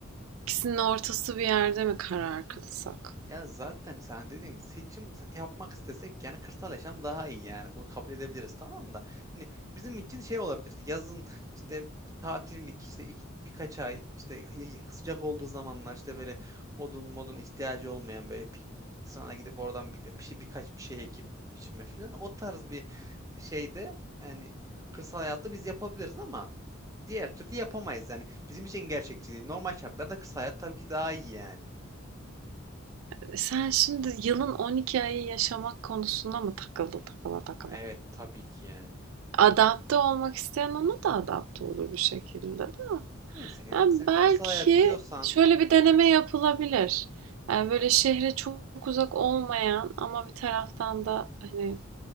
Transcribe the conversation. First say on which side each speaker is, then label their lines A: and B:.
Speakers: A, on the right; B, on the right.
A: İkisinin ortası bir yerde mi karar kılsak?
B: Ya zaten sen dediğin gibi seçim yapmak istesek yani kırsal yaşam daha iyi yani bunu kabul edebiliriz tamam da hani bizim için şey olabilirdi yazın işte tatillik işte iki- birkaç ay işte y- y- sıcak olduğu zamanlar işte böyle odun modun ihtiyacı olmayan böyle pikniklik sonra gidip oradan bir, bir şey birkaç bir şey ekip biçme falan o tarz bir şeyde yani kırsal hayatta biz yapabiliriz ama diğer türlü yapamayız yani bizim için gerçekçi değil normal şartlarda kırsal hayat tabii ki daha iyi yani.
A: E, Sen şimdi yılın 12 ayı yaşamak konusunda mı takıldı takıla takıla?
B: Evet tabii ki yani.
A: Adapte olmak isteyen ona da adapte olur bir şekilde.
B: Neyse kanka
A: Yani
B: sen
A: belki
B: kırsal hayat diyorsan
A: şöyle bir deneme yapılabilir. Yani böyle şehre çok uzak olmayan ama bir taraftan da hani